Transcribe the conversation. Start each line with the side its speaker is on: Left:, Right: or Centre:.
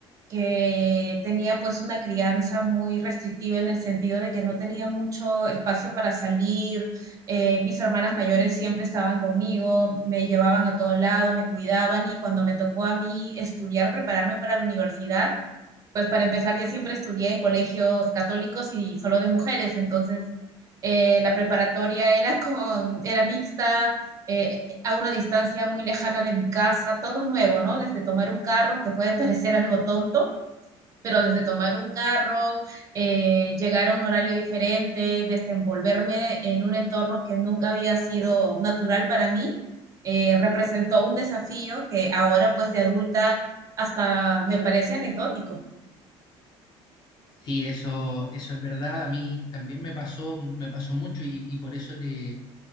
Right: que tenía pues una crianza muy restrictiva en el sentido de que no tenía mucho espacio para salir, eh, mis hermanas mayores siempre estaban conmigo, me llevaban a todo lado, me cuidaban y cuando me tocó a mí estudiar, prepararme para la universidad, pues para empezar yo siempre estudié en colegios católicos y solo de mujeres, entonces eh, la preparatoria era, <laughs> con, era mixta, eh, a una distancia muy lejana de mi casa, todo nuevo, ¿no? Desde tomar un carro, que puede parecer algo tonto, pero desde tomar un carro, eh, llegar a un horario diferente, desenvolverme en un entorno que nunca había sido natural para mí, eh, representó un desafío que ahora pues de adulta hasta me parece anecdótico.
Left: Sí, eso, eso es verdad. A mí también me pasó, me pasó mucho y, y por eso te,